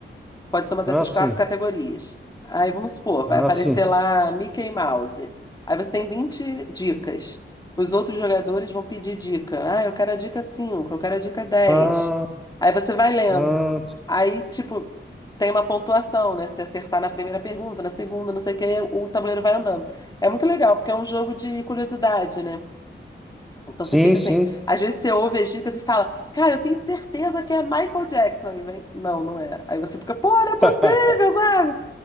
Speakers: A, on the left; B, in the centre.
A: Pode ser uma dessas
B: Ah, sim,
A: quatro categorias. Aí vamos supor,
B: ah,
A: vai aparecer
B: sim,
A: lá Mickey Mouse. Aí você tem 20 dicas. Os outros jogadores vão pedir dica. Ah, eu quero a dica 5. eu quero a dica dez.
B: ah,
A: Aí você vai lendo.
B: ah,
A: Aí, tipo, tem uma pontuação, né? Se acertar na primeira pergunta, na segunda, não sei o quê, o tabuleiro vai andando. É muito legal, porque é um jogo de curiosidade, né? Então
B: sim,
A: você fica
B: sim.
A: assim, às vezes você ouve as dicas e fala, cara, eu tenho certeza que é Michael Jackson. e vem, não, não é. Aí você fica, pô, não é possível,
B: <laughs>
A: sabe?